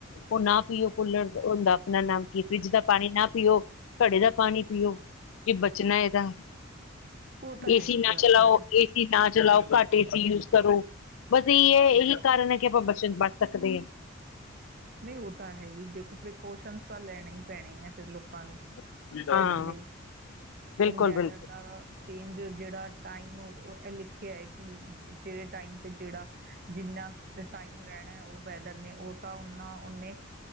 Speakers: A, on the left; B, on the right.
A: ਉਹ ਨਾ ਪੀਓ ਕੂਲਰ ਹੁੰਦਾ ਆਪਣਾ ਨਾਮ ਕੀ ਫਰਿੱਜ ਦਾ ਪਾਣੀ ਨਾ ਪੀਓ ਘੜੇ ਦਾ ਪਾਣੀ ਪੀਓ। ਜੇ ਬਚਣਾ ਇਹ ਤਾਂ
B: ਉਹ ਤਾਂ ਹੈ
A: ਏ ਸੀ
B: ਹੀ
A: ਨਾ
B: ਗੱਲ
A: ਚਲਾਓ
B: ਤੁਹਾਡੀ
A: -ਏਸੀ ਨਾ ਚਲਾਓ ਘੱਟ ਏਸੀ ਯੂਜ ਕਰੋ ਬਸ ਇਹੀ ਹੈ ਇਹੀ ਕਾਰਨ ਹੈ ਕਿ ਆਪਾਂ ਬੱਚਨ ਪੜ ਸਕਦੈ
B: ਨਹੀਂ ਹੋਤਾ ਹੈ ਹੀ ਦੇਖੋ। ਪ੍ਰੀਕੋਸ਼ਨ ਤਾਂ ਲੈਣੇ ਹੀ ਪੈਣੇ ਐ। ਫਿਰ ਲੋਕਾਂ ਨੂੰ
A: ਹਾਂ
B: ਇਹਦੇ
A: ਹਾਂ
B: ਲਈ
A: ਬਿਲਕੁਲ
B: ਹੁਣ ਵੈਦਰ
A: ਬਿਲਕੁਲ
B: ਦਾ ਚੇਂਜ ਜਿਹੜਾ ਟਾਈਮ ਓ ਐ ਲਿਖਿਆ ਹੈ ਕਿ ਤੇਰੇ ਟਾਈਮ ਤੇ ਜਿਹੜਾ ਜਿੰਨਾ ਕ ਟਾਈਮ ਰਹਿਣਾ ਉਹ ਵੈਦਰ ਨੇ ਉਹ ਤਾਂ ਨਾ ਓਨੇ